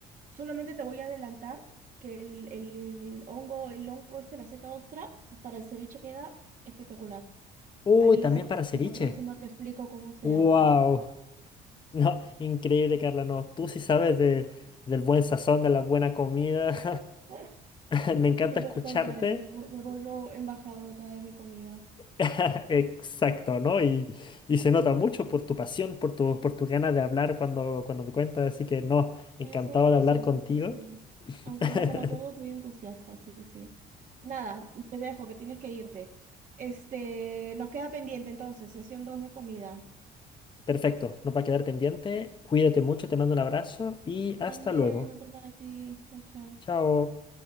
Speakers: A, on the right; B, on the left.
A: Solamente te voy a adelantar que el, el hongo, el hongo este, la seta ostra, para el ceviche queda espectacular.
B: Uy,
A: Ahí lo
B: también
A: dejo
B: para ceviche.
A: y la próxima te explico cómo se
B: ¡Wow!
A: hace.
B: <laughs> No, increíble, Carla. No, tú sí sabes de- del buen sazón, de la buena comida.
A: <laughs>
B: <laughs> Me encanta
A: Y
B: escucharte.
A: te contaré, me, vu- me vuelvo embajadora de mi comida.
B: <laughs> Exacto, ¿no? Y, y se nota mucho por tu pasión, por tu, por tu ganas de hablar cuando, cuando me cuentas. Así que no, encantado
A: Sí, soy entusiasta,
B: de hablar contigo.
A: eso sí.
B: <laughs>
A: Aunque no me como todo, soy entusiasta, sí, sí. Nada, te dejo que tienes que irte. Este, nos queda pendiente entonces, sesión 2 de comida.
B: Perfecto, no va a quedar pendiente. Cuídate mucho, te mando un abrazo y hasta
A: También,
B: luego.
A: otro para ti. Chao, chao.
B: Chao.